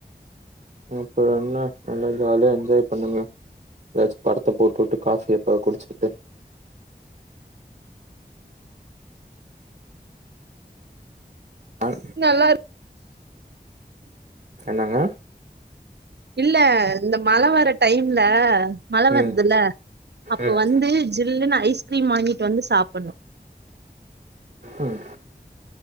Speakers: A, on the right; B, on the right.
A: அப்பற என்ன நல்லா ஜாலியா என்ஜாய் பண்ணுங்க ஏதாச்சு படத்த போட்டுவுட்டு காஃபியப் ப குடிச்சிகிட்டு ஆன்
B: நல்லா இரு
A: என்னங்க
B: இல்ல இந்த மழ வர டைம்ல மழ வரதுல்ல
A: ம்,
B: அப்போ
A: ம்,
B: வந்து ஜில்னு ஐஸ்கிரீம் வாங்கிட்டு வந்து சாப்பிணு
A: ம்